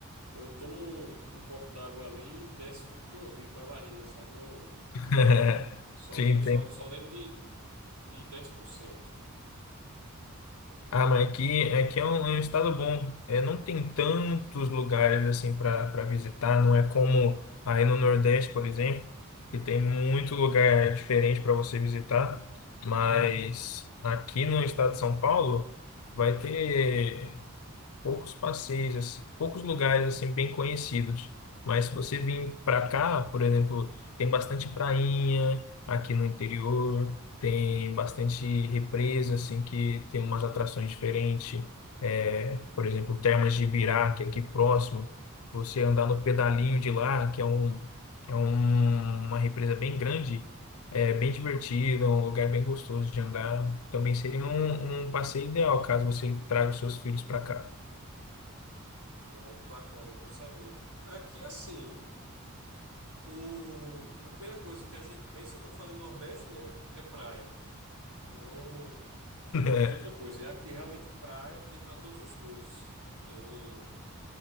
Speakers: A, on the right (about 75°); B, on the left (about 75°).
A: eu tomo um, um copo d'água ali e desce tudo que eu vi para a barriga, sabe? Não,
B: <laughs>
A: só
B: Te
A: lembro,
B: entendo
A: só, só lembro de, de dez por cento
B: Ah, mas aqui, aqui é um, é um estado bom. É, não tem tantos lugares assim para para visitar. Não é como aí no Nordeste, por exemplo, que tem muito lugar diferente para você visitar. Mas aqui no estado de São Paulo vai ter poucos passeios, assim, poucos lugares assim bem conhecidos. Mas se você vir para cá, por exemplo, tem bastante prainha aqui no interior, tem bastante represa assim que tem umas atrações diferentes. É, por exemplo, Termas de Ibirá, que é aqui próximo, você andar no pedalinho de lá, que é um é um- uma represa bem grande. É bem divertido, é um lugar bem gostoso de andar. Também seria um, um passeio ideal caso você traga os seus filhos para cá.
A: Pronto, bacana, bom saber. Aqui, assim, o, a primeira coisa que a gente pensa quando fala em Nordeste, né? É praia. Não. Não
B: É,
A: tem outra coisa. E aqui realmente praia tem para todos os gostos. Tem,